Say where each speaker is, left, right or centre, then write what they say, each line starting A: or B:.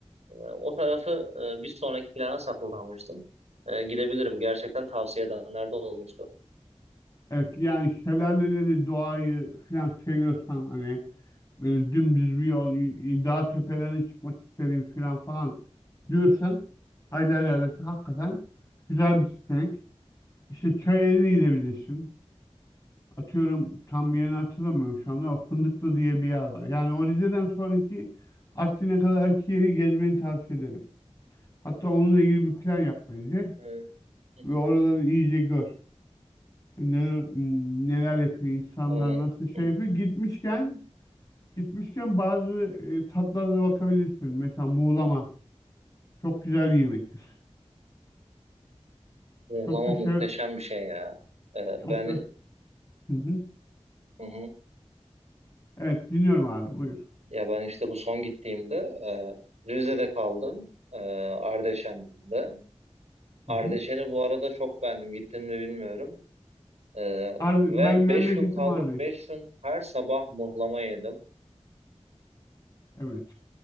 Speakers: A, on the right; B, on the left.
A: E, o tarafı e, bir sonraki plana saklamıştım. E, gidebilirim. Gerçekten tavsiye edenler de olmuştu.
B: Evet, yani şelaleleri, doğayı filan seviyorsan hani böyle dümdüz bir yol, y- y- dağ tepelerine çıkmak isterim filan falan diyorsan Ayder Yaylası hakikaten güzel bir seçenek. İşte Çayeli'ne gidebilirsin. atıyorum tam yerini hatırlamıyorum şu anda ama Fındıklı diye bir yer var. Yani o Rize'den sonraki Artvin'e kadarki yeri gezmeni tavsiye ederim. Hatta onunla ilgili bir plan yap bence
A: E, hı
B: ve
A: hı.
B: oraları iyice gör. Neler, neler yapıyor insanlar
A: E,
B: nasıl şey
A: hı hı.
B: yapıyor. Gitmişken gitmişken bazı e, tatlara da bakabilirsin. Mesela muğlama çok güzel bir yemektir.
A: Muğlama
B: Çok da sev
A: muhteşem bir şey ya. E,
B: çok
A: ben
B: da Hı hı.
A: hı hı.
B: Evet dinliyorum abi buyur.
A: Ya ben işte bu son gittiğimde e, Rize'de kaldım. E, Ardeşen'de.
B: Hı
A: Ardeşen'i
B: hı.
A: bu arada çok beğendim. Gittim mi bilmiyorum. E,
B: Ar-
A: ve
B: ben
A: 5
B: memleketim
A: gün kaldım.
B: Ardeş.
A: beş gün her sabah muhlama yedim.
B: Evet.